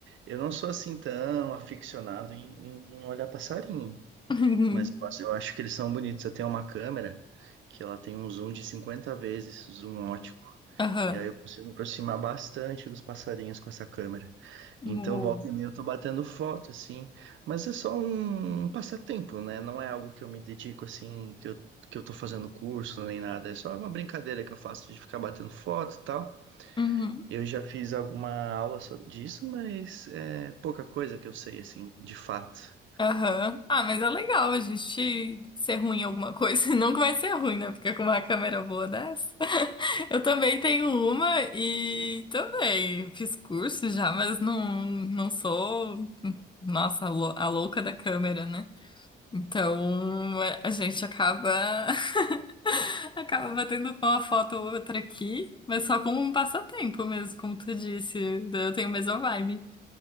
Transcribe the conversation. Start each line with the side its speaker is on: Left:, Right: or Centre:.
Right: Eu não sou assim tão aficionado em, em olhar passarinho.
Left: <laughs>
Right: Mas eu acho eu acho que eles são bonitos. Eu tenho uma câmera que ela tem um zoom de 50 vezes, zoom ótico.
Left: Aham.
Right: E aí eu consigo me aproximar bastante dos passarinhos com essa câmera.
Left: Uou.
Right: Então, volta e meia eu tô batendo foto, assim. Mas é só um um passatempo, né? Não é algo que eu me dedico, assim, que eu, que eu tô fazendo curso nem nada. É só uma brincadeira que eu faço de ficar batendo foto e tal.
Left: Uhum.
Right: Eu já fiz alguma aula so- disso, mas é pouca coisa que eu sei, assim, de fato.
Left: Aham. Ah, mas é legal a gente ser ruim em alguma coisa. <laughs> Não que vai ser ruim, né? Porque com uma câmera boa dessa. <laughs> Eu também tenho uma e também fiz curso já, mas não, não sou, nossa, a lou- a louca da câmera, né? Então é, a gente acaba. <laughs> Acaba batendo uma foto ou outra aqui, mas só como um passatempo mesmo, como tu disse. Eu tenho a mesma vibe.